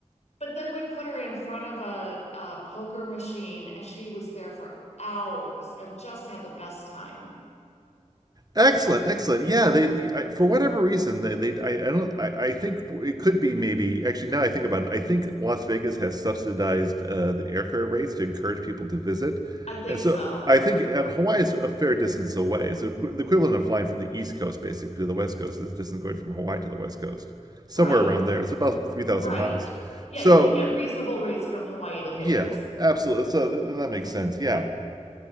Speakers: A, on the left; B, on the right.
A: But then we put her in front of a, a poker machine, and she was there for hours and just had the best time.
B: Excellent, excellent. Yeah, they I, for whatever reason they, they I, I don't I, I think it could be maybe actually now I think about it I think Las Vegas has subsidized uh, the airfare rates to encourage people to visit,
A: I think
B: and so
A: so.
B: I think and Hawaii is a fair distance away. So qu- the equivalent of flying from the East Coast basically to the West Coast is the distance going from Hawaii to the West Coast, somewhere
A: Right.
B: around there. It's about three thousand
A: Right.
B: miles.
A: Yeah,
B: So
A: you can get reasonable rates from Hawaii to Vegas.
B: yeah, absolutely. So th- that makes sense. Yeah.